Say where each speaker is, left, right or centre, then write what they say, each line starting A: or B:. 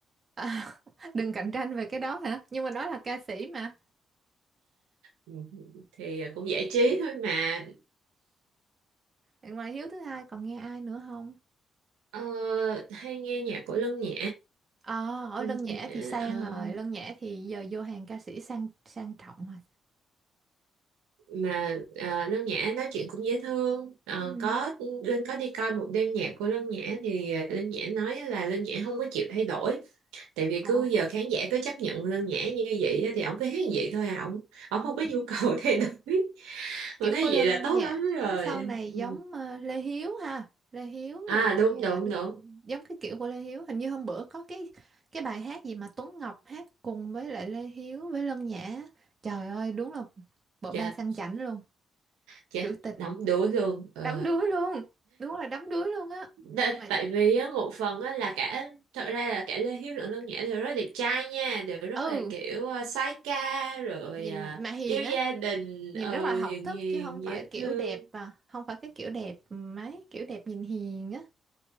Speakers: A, on the right; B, on the right.
A: À, <laughs> đừng cạnh tranh về cái đó hả? Nhưng mà nó là ca sĩ mà.
B: Ừ, thì ờ, cũng giải trí thôi mà
A: Ngoài Hiếu thứ hai còn nghe ai nữa không?
B: Ờ, hay nghe nhạc của Lân Nhã
A: Ờ, ở
B: Lân
A: Lân Nhã
B: Nhã
A: thì sang
B: ờ,
A: rồi, Lân Nhã thì giờ vô hàng ca sĩ sang sang trọng rồi.
B: mà ờ, Lân Nhã nói chuyện cũng dễ thương Ờ,
A: Ừ.
B: có Linh có đi coi một đêm nhạc của Lân Nhã thì ờ, Linh Nhã nói là Lân Nhã không có chịu thay đổi tại vì
A: Ờ.
B: cứ giờ khán giả cứ chấp nhận Lân Nhã như vậy á, thì ổng cứ hát như vậy thôi à ổng ổng
A: Ờ,
B: không có nhu cầu <laughs> thay đổi mà
A: kiểu
B: thấy
A: của Lân
B: vậy là tốt
A: Nhã
B: lắm rồi
A: sau này
B: ừ.
A: giống ờ, Lê Hiếu ha, Lê Hiếu
B: à
A: rồi
B: đúng đúng
A: ờ, Đức
B: đúng
A: giống cái kiểu của Lê Hiếu, hình như hôm bữa có cái cái bài hát gì mà Tuấn Ngọc hát cùng với lại Lê Hiếu với Lân Nhã. Trời ơi, đúng là bộ
B: chết
A: ba sang chảnh luôn,
B: chết
A: trữ tình,
B: đóng đuối luôn ừ.
A: đắm đuối luôn. Đúng là đắm đuối luôn á.
B: Đa-
A: Mà
B: tại vì á, một phần á, là cả thật ra là cả Lê Hiếu lẫn Lân Nhã đều rất là đẹp trai nha đều rất
A: ừ,
B: là kiểu ờ, soái ca rồi
A: nhìn
B: ờ,
A: mà hiền
B: yêu gia
A: á.
B: đình
A: nhìn
B: ừ,
A: rất là học
B: hiền
A: thức
B: hiền
A: chứ không phải
B: dễ
A: kiểu
B: thương
A: đẹp à không phải cái kiểu đẹp ừ, mấy kiểu đẹp nhìn hiền á